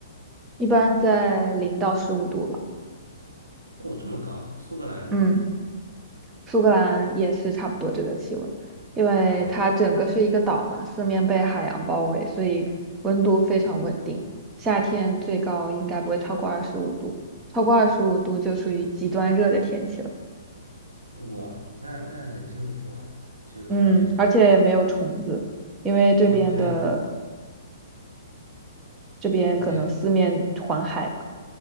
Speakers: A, on the right; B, on the right.
A: 一般在零到十五度吧。
B: 哦，这么高，苏格兰呢？
A: 嗯，苏格兰也是差不多这个气温，因为它整个是一个岛嘛，
B: 啊，
A: 四面被海洋包围，所以温度非常稳定。夏天最高应该不会超过二十五度，超过二十五度就属于极端热的天气了。
B: 哇，那那很幸福啊，就虽然有点冷。
A: 嗯，而且也没有虫子，因为这边的
B: 哦，对，
A: 这边可能四面环海吧，
B: 我也